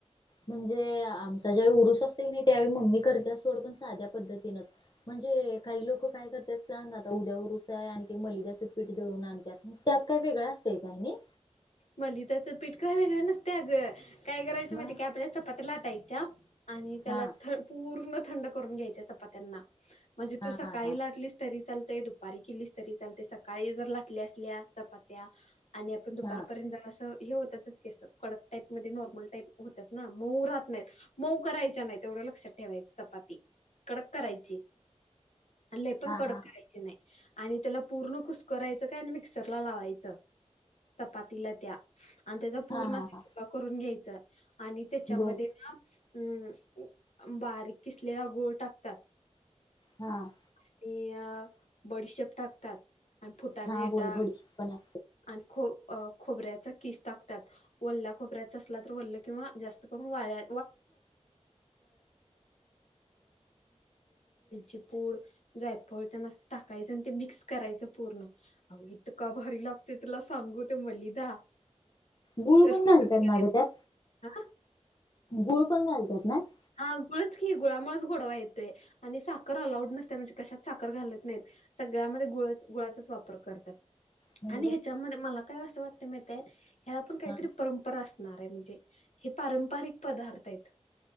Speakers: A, on the left; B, on the left.
A: म्हणजे आमचा ज्याळी उरुस असते कि नाही त्यावेळी मम्मी करते. अस सोड पण साध्या पद्धतीनच म्हणजे काही लोक काय करतात सांग. आता उद्यावर उरूस आहे. आणि ते मलिदाचं पीठ दळून आणत्यात त्यात काय वेगळं असत काय नाही.
B: मलिदाचं पीठ काय वेगळं नसते अगं. काय करायचं
A: मग
B: माहिती काय आपल्या चपात्या लाटाय च्या आणि त्याला
A: हा
B: थ पूर्ण थंड करून घ्यायच्या चपात्यांना. म्हणजे
A: हा
B: तू सकाळी
A: हा हा
B: लाटलीस तरी चाल दुपारी केलीस तरी चालते. सकाळी जर लाटल्या असल्या चपात्या आणि आपण दुपारपर्यंत
A: हा
B: जरा हे होतात कडक टाईप म नॉर्मल टाईप होतात ना. मऊ राहत नाहीत. मऊ करायच्या नाहीत एवढं लक्षात ठे ठेवा चपाती कडक करायची. आणि लय पण
A: हा
B: कडक
A: हा
B: करायची नाही. आणि त्याला पूर्ण कुसकरायचं काय आणि मिक्सरला लावायचं. चपातीला त्या. आणि त्याचा पूर्ण
A: हा हा
B: असा
A: हा
B: करून घ्यायचा आणि त्याच्यामध्ये
A: बर
B: ना अं बारीक किसलेला गुळ टाकतात.
A: हा.
B: आणि अ बडीशेप टाकतात, आणि फुटाणे
A: हा, होय
B: डाळ
A: बडीशेप पण-
B: आणि खूप- खोबर्याचा किस टाकत्यात, वल्या खोबर्याचा असला तर वल्ल किंवा जास्त करून वाळल्या- ट <unintelligible> जायफळ ते मस्त टाकायच आणि ते मिक्स करायचं पूर्ण अग इंतका भारी लागतय. ते तुला सांगू ते मलिदा-
A: गुळ
B: रोट
A: पण घालतात
B: मी कधी
A: ना ग त्यात,
B: हा
A: गुळ पण घालतात ना. -
B: हा, गुळच की गुळामुळेच गोडवा येतोय आणि साखर अलाऊड नसत म्हणजे- कशात साखर घालत नाहीत सगळ्यामध्ये गुळच, गुळाचाच वापर करतात.
A: म्हणजे
B: आणि
A: बघ
B: ह्याच्यामध्ये मला काय असं वाटतं माहीतेय, ह्याला पण काहीतरी
A: हा
B: परंपरा असणार आहे म्हणजे- हे पारंपरिक पदार्थ आहेत.